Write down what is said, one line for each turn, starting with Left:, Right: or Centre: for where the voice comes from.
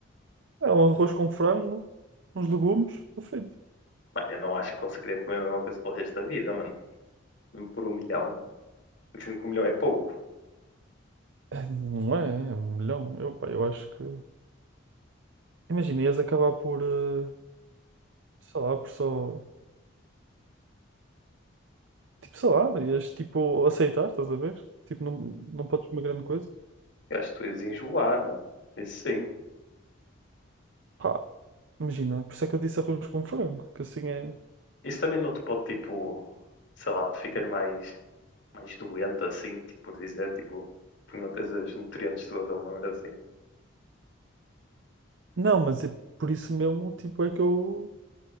Right: É um arroz com frango, uns legumes, está feito.
Left: Mano, eu não acho que conseguiria comer a mesma coisa para o resto da vida, mano. Mesmo Por um milhão. Dizendo que um milhão é pouco.
Right: É, não é, é um milhão. Eu, pá, eu acho que. Imagina, ias acabar por. eh, sei lá, por só. Tipo, sei lá, ias tipo aceitar, estás a ver? Tipo, não, não podes comer grande coisa.
Left: Eu acho que tu ias enjoar, mano. Isso sim.
Right: Pá, imagina, por isso é que eu disse arroz com frango, que assim é.
Left: Isso também não te pode, tipo, sei lá, tu ficas mais, mais doente assim, tipo, por dizer, tipo, por não teres os nutrientes todos ou uma merda assim.
Right: Não, mas é por isso mesmo, tipo, é que eu.